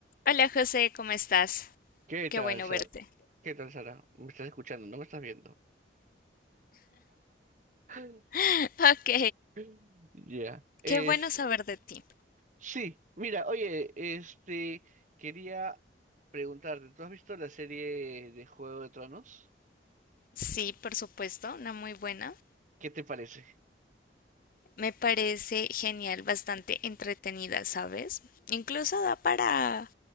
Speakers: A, on the left; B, on the right.
A: Hola José, ¿cómo estás?
B: ¿Qué
A: Qué
B: tal,
A: bueno
B: Sara?
A: verte.
B: ¿Qué tal, Sara? ¿Me estás escuchando? ¿No me estás viendo? <clears throat>
A: <laughs> Ok,
B: <laughs> Ya. Es...
A: qué bueno saber de ti.
B: Sí, mira, oye, este... Quería preguntarte, ¿tú has visto la serie de Juego de Tronos?
A: Sí, por supuesto, una muy buena.
B: ¿Qué te parece?
A: Me parece genial, bastante entretenida, ¿sabes? Incluso da para,